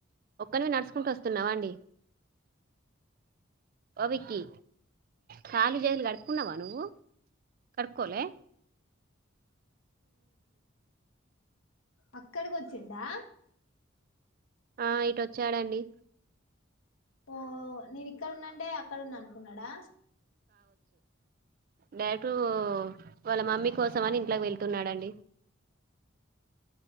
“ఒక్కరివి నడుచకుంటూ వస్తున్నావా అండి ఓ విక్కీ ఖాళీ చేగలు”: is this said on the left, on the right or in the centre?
Right